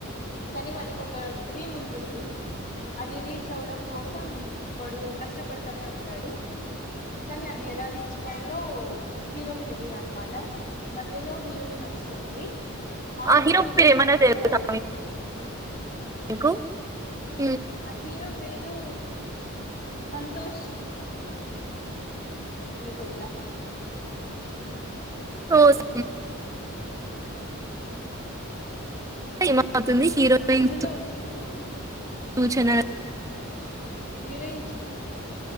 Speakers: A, on the left (about 45°); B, on the right (about 15°).
A: కానీ వాడికి ఒక డ్రీమ్ ఉంటుంది అది రీచ్ అవడం కోసం వాడు కష్టపడతానే ఉంటాడు కానీ అది ఎలా రీచ్ కాలో హీరోకి తెలీదు అన్నమాట మధ్యలో హీరోయిన్ వస్తుంది ఆమె
B: ఆ హీరో
A: సూచనలతో
B: పేరు ఏమన్నా తెలుసా మీకు మ్మ్
A: ఆ హీరో పేరు సంతోష్ అనుకండ
B: ఓస్ ఏమ అవుతుంది హీరోయిన్
A: అందులో వచ్చేసి
B: సూచన
A: హీరోయిన్ చూ